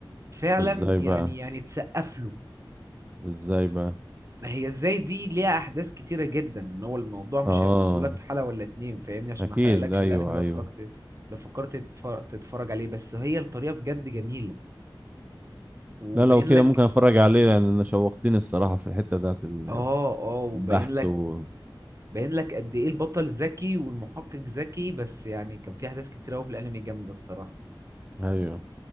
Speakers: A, on the right (about 35°); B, on the right (about 20°).
A: فعلا
B: ازاي
A: يعني
B: بقى
A: يعني تسقف له
B: ازاي بقى
A: ما هي ازاي دي ليها احداث كتيره جدا ان هو الموضوع مش
B: اه
A: هيوصله لك في حلقه ولا اتنين فاهمني عشان
B: اكيد
A: ما احرقلكش
B: ايوه
A: الانمي لو
B: ايوه
A: اتفرجت لو فكرت تتفرج, تتفرج عليه بس هي الطريقه بجد جميله وباين
B: لا لو كده
A: لك
B: ممكن اتفرج عليه لان انا شوقتني الصراحه في الحته بتاعت ال-
A: اه اه وباين
B: البحث
A: لك
B: و...
A: باين لك قد ايه البطل ذكي والمحقق ذكي بس يعني كان في احداث كتيره قوي في الانمي جامده الصراحه
B: ايوه